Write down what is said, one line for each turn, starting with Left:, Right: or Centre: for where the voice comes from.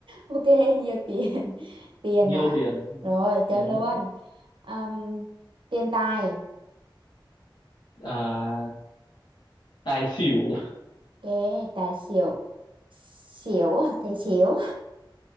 Right: Ok, nhiều tiền. <laughs> Tiền
Left: nhiêu
Right: à.
Left: tiền Đó.
Right: Rồi, chơi
Left: Đó.
Right: luôn. Ừm, tiền tài.
Left: à, tài xỉu
Right: Cái tài xỉu xỉu à thầy xỉu